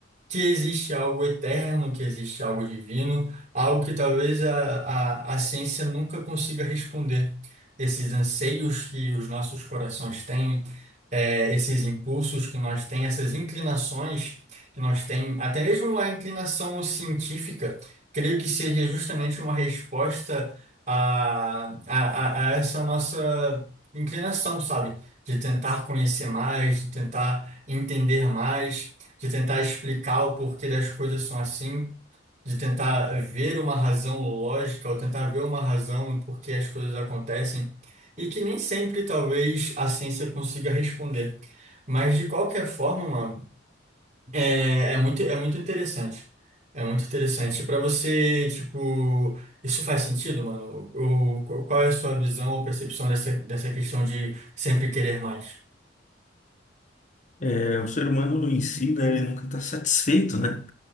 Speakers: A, on the right; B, on the left.
A: que existe algo eterno, que existe algo divino, algo que talvez a, a, a ciência nunca consiga responder. Esses anseios que os nossos corações têm, eh, esses impulsos que nós temos, essas inclinações que nós temos, até mesmo a inclinação científica, creio que seja justamente uma resposta a, a, a a essa nossa inclinação, sabe? De tentar conhecer mais, de tentar entender mais de tentar explicar o porquê das coisas são assim, de tentar ver uma razão lógica ou tentar ver uma razão no porquê as coisas acontecem, e que nem sempre talvez a ciência consiga responder. Mas de qualquer forma, mano, é, é muito, é muito interessante. É muito interessante. Para você, tipo, isso faz sentido, mano? Ou, qual é a sua visão ou percepção dessa, dessa questão de sempre querer mais?
B: eh, o ser humano em si, né, ele nunca está satisfeito, né?